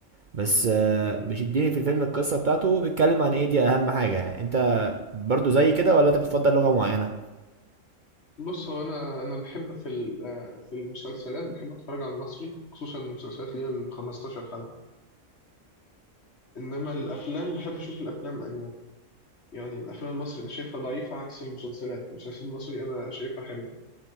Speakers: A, on the right (about 45°); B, on the left (about 55°).
A: بس آه،
B: مم.
A: بيشدني في الفيلم القصة بتاعته وبيتكلم عن ايه دي اهم حاجة يعني انت برضو زي كده ولا انت بتفضل لغة معينة
B: بص هو انا انا بحب في ال- آه، في المسلسلات بحب اتفرج على المصري خصوصا المسلسلات اللي هي ال 15 حلقة انما الافلام بحب اشوف الافلام الاجنبي يعني الافلام المصري انا شايفها ضعيفة عكس المسلسلات المسلسل المصري انا شايفها حلو